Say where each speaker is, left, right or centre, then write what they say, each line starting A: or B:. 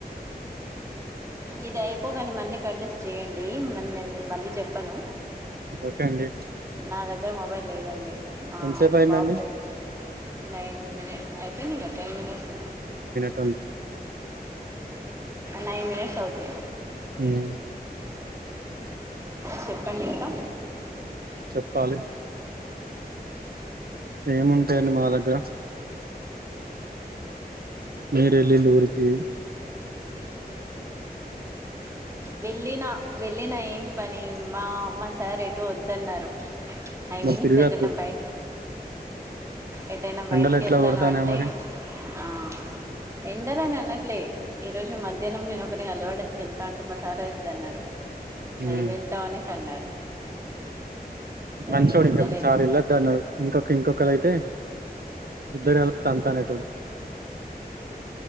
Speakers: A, on the right; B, on the right.
A: ఇది అయిపోగానే మళ్ళీ కట్ చేసి చేయడి మాన్ నేను మళ్ళీ చెప్పాను
B: ఓకే అండి
A: నా దగ్గర మొబైల్ లేదండి
B: ఎంతసేపు అయిందండి
A: బాబు దగ్గర నైన్ మినిట్స్ అయిపోయింది ఇంకా ten minutes
B: ten
A: nine minutes అవుతుంది
B: ఉమ్.
A: చెప్పండి ఇంకా.
B: చెప్పాలి. ఏముంటాయండి మా దగ్గర. మీరే లీళ్లు పోసి.
A: వెళ్ళిన వెళ్ళినా ఏం పని. మా మా సార్ ఎటు వద్దన్నారు ఐ
B: మరి
A: మీన్స్
B: తిరగద్దు
A: ఎటన్నా బయటికి. ఎటైనా బయటికి
B: ఎండలు ఎట్లా
A: వెళ్తాను
B: కొడతాన్నాయి
A: అంటే
B: మరి
A: ఆహ్ ఎండలాని అన్నడ్. లే ఈ రోజు మధ్యాహ్నం నేను ఒకరిని కలవడానికి వెళ్తా అంటే మా సారే వద్దన్నారు.
B: ఉమ్
A: ఏం వెళ్తాం అనేసి అన్నారు. సో
B: మంచోడు
A: ఇగ వెళ్ళలేదు
B: ఇంకా మీ సార్ వెళ్ళొద్దు అన్నారు ఇంకొక ఇంకొకలైతే. ఇద్దరిని కలిపి తంతానేటోడు.